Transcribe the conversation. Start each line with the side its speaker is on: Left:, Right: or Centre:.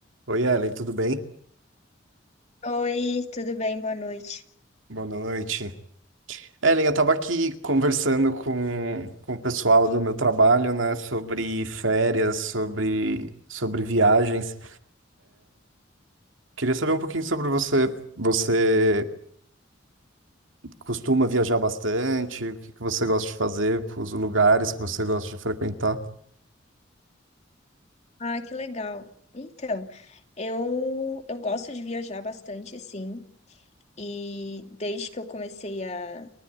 Right: Oi, Ellen, tudo bem?
Left: Oi, tudo bem? Boa noite.
Right: Boa noite. Ellen, eu estava aqui conversando com, com o pessoal do meu trabalho, né, sobre férias, sobre, sobre viagens. Queria saber um pouquinho sobre você. Você costuma viajar bastante? O que que você gosta de fazer? Os lugares que você gosta de frequentar?
Left: Ah, que legal. Então, eu, eu gosto de viajar bastante, sim. E desde que eu comecei a,